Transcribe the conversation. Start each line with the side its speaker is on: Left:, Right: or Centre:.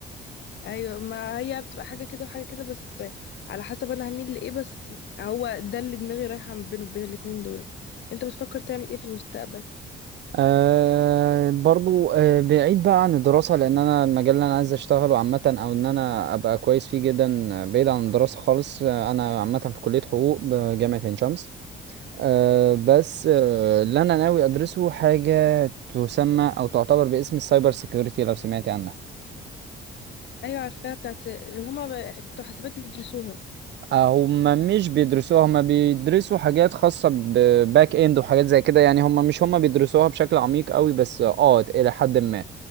Left: ايوه ما هي بتبقى حاجه كده وحاجه كده بس على حسب انا هميل لايه بس هو ده اللي دماغي رايحه بينه وبين الاتنين دول انت بتفكر تعمل ايه في المستقبل
Right: أه برضو أه بعيد بقى عن الدراسة لأن أنا المجال اللي أنا عايز أشتغله عامة أو إن أنا أبقى كويس فيه جدا آه، بعيد عن الدراسة خالص آه، أنا عامة في كلية حقوق بجامعة عين شمس أه بس أه اللي أنا ناوي أدرسه حاجة تسمى أو تعتبر باسم السايبر سيكيورتي لو سمعت عنها
Left: ايوه عارفاها بتاعت اللي هما ب- بتوع حسابات بيدرسوها
Right: آه، هما مش بيدرسوها هما بيدرسوا حاجات خاصة بباك اند وحاجات زي كده يعني هما مش هما بيدرسوها بشكل عميق قوي بس اه إلى حد ما